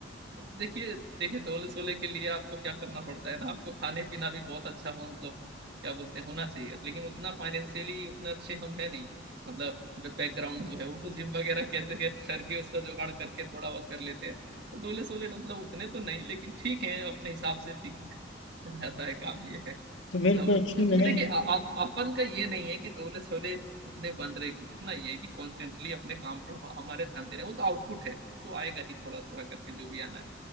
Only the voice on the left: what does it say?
तो मेरे
को एक्चुअली मैं